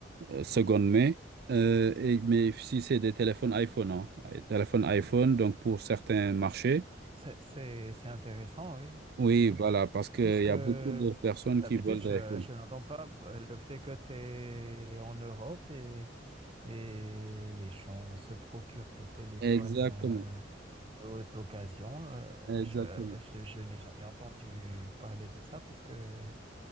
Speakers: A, on the right; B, on the right.
A: euh, seconde main. Euh, et- mais si c'est des téléphones iPhone, hein, les téléphones iPhone, donc pour certains marchés,
B: c'est, c'est, c'est intéressant, oui.
A: oui,
B: Oui.
A: voilà, parce qu'il
B: Puisque
A: y a beaucoup de personnes
B: d'habitude,
A: qui veulent
B: je,
A: des iPhones.
B: je n'entends pas le fait que tu es en Europe et, et les gens se procurent ton téléphone
A: Exactement,
B: euh, haute occasion. euh,
A: exactement,
B: je, je, je n'ai jamais entendu parler de ça, puisque euh,